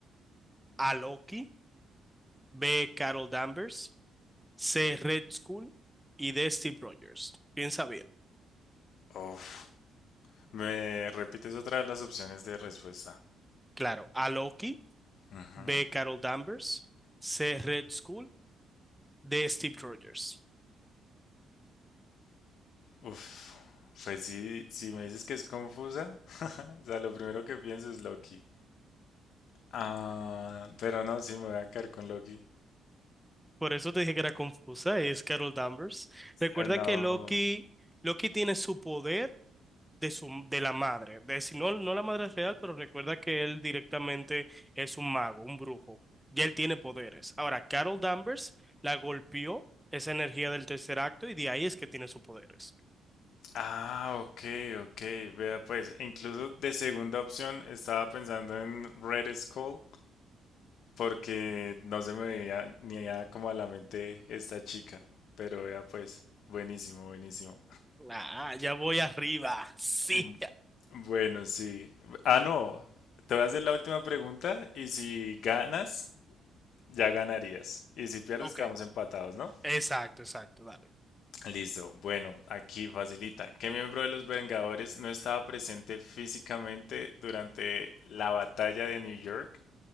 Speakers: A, in the centre; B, on the left.
A: A. Loki, B. Carol Danvers, C. Red Skull y D. Steve Rogers. Piensa bien.
B: Uf. ¿Me repites otra vez las opciones de respuesta?
A: Claro, A. Loki,
B: Ujú.
A: B. Carol Danvers, C. Red Skull, D. Steve Rogers.
B: Uf. Pues sí, si me dices que es confusa, <laughs> o sea, lo primero que pienso es Loki. Ah, pero no, sí me voy a quedar con Loki.
A: Por eso te dije que era confusa, es Carol Danvers. Recuerda
B: Ah, No.
A: que Loki, Loki tiene su poder. de su de la madre, de si no, no la madre real, pero recuerda que él directamente es un mago, un brujo, y él tiene poderes. Ahora, Carol Danvers la golpeó esa energía del tercer acto y de ahí es que tiene sus poderes.
B: Ah, ok, ok. Vea, pues incluso de segunda opción estaba pensando en Red Skull porque no se me veía ni a como a la mente esta chica. Pero vea, pues, buenísimo, buenísimo.
A: Ah, ya voy arriba. Sí.
B: Mm, Bueno, sí. Ah, no. Te voy a hacer la última pregunta y si ganas, ya ganarías. Y si pierdes,
A: Ok,
B: quedamos empatados, ¿no?
A: exacto, exacto, dale.
B: Listo. Bueno, aquí facilita. ¿Qué miembro de los Vengadores no estaba presente físicamente durante la batalla de New York